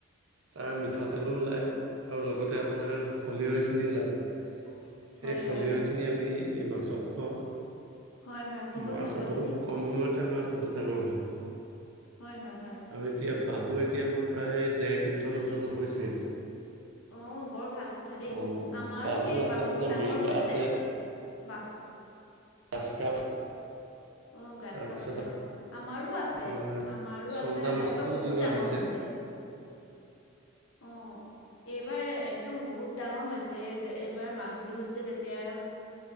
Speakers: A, on the right; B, on the left.
A: তাৰ মিঠাতেলো ওলায়, আৰু লগতে আপোনাৰ খলহৈখিনিও ওলায়।
B: <unintelligible>
A: সেই খলহৈখিনি
B: হয়
A: আমি এই মাছক খুৱাওঁ।
B: হয় হয় বহুত
A: মাছ
B: ভাল কথা
A: বহুত
B: দেই
A: কম সময়তে আমাৰ বহুত ডাঙৰ হয়।
B: হয় হয় হয়।
A: আৰু এতিয়া বাহু এতিয়া আমাৰ প্ৰায় ডেৰ কেজিমান ওজন হৈছে।
B: অ বৰ ভাল কথা দেই
A: অঁ
B: আমাৰো সেই
A: আছে
B: বাহু
A: আপোনাৰ
B: ডাঙৰ
A: মিৰিকা
B: হৈছে
A: আছে
B: বাহু।
A: ঘাচ কাপ।
B: অ গছ
A: তাৰপিছত
B: কাপা আছে অ। আমাৰো আছে
A: আপোনাৰ
B: আমাৰো
A: চন্দা
B: আছে আমাৰ
A: মাছটো
B: এইবাৰ বহুত
A: জিওৱা
B: ডাঙৰ
A: হৈছে
B: হৈছিলে। অঁহ। এইবাৰ একদম বহুত ডাঙৰ হৈছিলে এই যে এইবাৰ মাঘ বিহুত যে যেতিয়া-